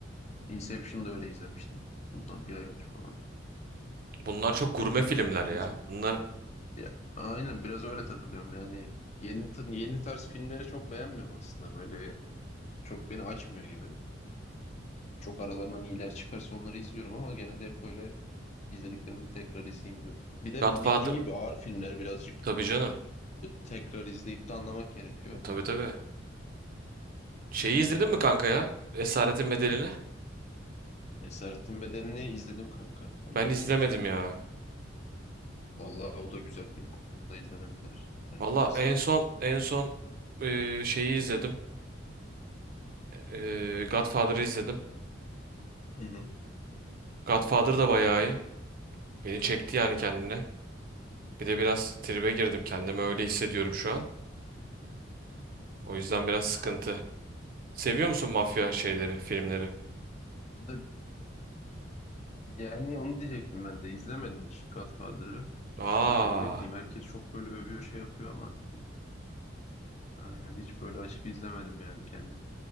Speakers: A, on the left (about 35°); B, on the right (about 50°).
A: Inception'da öyle izlemiştim. Bundan bir ay önce falan.
B: Bunlar çok
A: Tekrar
B: gurme filmler
A: tekrar
B: ya.
A: izliyorum.
B: Bunlar
A: Ya, aynen biraz öyle takılıyorum yani. Yeni, ta- yeni tarz filmleri çok beğenmiyorum aslında böyle çok beni açmıyor gibi. Çok aralarından iyiler çıkarsa onları izliyorum ama genelde hep böyle izlediklerimi tekrar izleyeyim diyorum. Bir de
B: Godfather.
A: bildiğin gibi ağır filmler birazcık
B: Tabii canım.
A: e, tekrar izleyip de anlamak gerekiyor.
B: Tabii tabii. Şeyi izledin
A: Öyle
B: mi
A: oldu.
B: kanka ya? Esaretin Bedeli'ni.
A: Esaretin Bedeni'ni izledim kanka. Onu
B: Ben
A: da
B: izlemedim
A: izlemiştim.
B: ya.
A: Vallahi o da güzel film. Onu da izlemeni tercih yani
B: Valla
A: tavsiye
B: en son en son eee, şeyi izledim. Ee, Godfather'ı izledim.
A: ederim. Hı hı.
B: Godfather da bayağı iyi. Beni çekti yani kendine. Bir de biraz tribe girdim. Kendimi öyle hissediyorum şu an. O yüzden biraz sıkıntı. Seviyor musun mafya şeyleri, filmleri?
A: Da- Yani onu diyecektim ben de. İzlemedim hiç Godfather'ı.
B: Aa,
A: Böyle bir ne bileyim herkes çok böyle övüyor şey yapıyor ama aynen hiç böyle açıp izlemedim yani kendim.